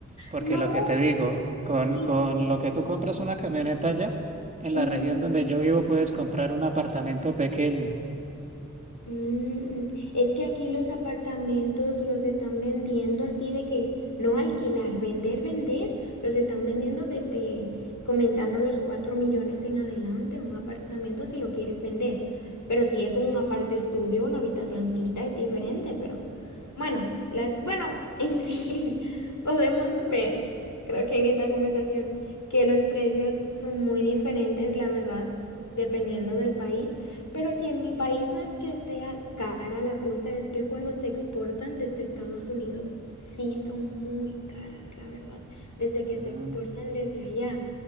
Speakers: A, on the right; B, on the left.
A: porque
B: No,
A: lo que te digo, con,
B: sí,
A: con
B: es
A: lo que
B: como-
A: tú compras una camioneta allá, en
B: Ujú.
A: la región donde yo vivo puedes comprar un apartamento pequeño.
B: Mm, es que aquí los apartamentos los están vendiendo así de que no alquilar, vender, vender, los están vendiendo desde comenzando los 4 millones en adelante, un apartamento si lo quieres vender. Pero si es un aparte estudio, una habitacioncita es diferente, pero bueno, las, bueno, <laughs> en fin, podemos ver, creo que en esta conversación, que los precios son muy diferentes, la verdad, dependiendo del país. Pero si en mi país no es que sea cara la cosa, es que cuando se exportan desde Estados Unidos, sí son muy caras, la verdad, desde que
A: Mm,
B: se exportan desde allá.